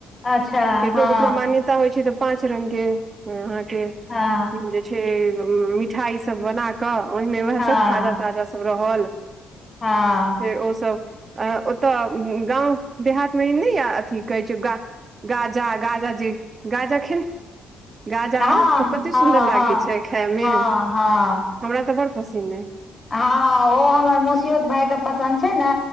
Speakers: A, on the left; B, on the right.
A: अच्छा
B: केकरो
A: हँ
B: केकरो मान्यता होइ छै तऽ पाँच रंग के अहाँके
A: हँ
B: जे छै मिठाई सब बना कऽ ओहिमे वेहए
A: हँ
B: सब खाजा ताजा सब रहल।
A: हँ।
B: फेर ओसभ अ ओतय गाँव देहातमे नहि य अथी कहैत छै गा गाजा गाजा जे गाजा खेन गाजा
A: हँ
B: सब कते
A: हँ
B: सुन्दर लागै
A: हँ
B: छै खाए मे।
A: हँ हँ
B: हमरा तऽ बड़ पसिन अय।
A: हँ ओ हमर मसियोत भाय के पसन्द छै ने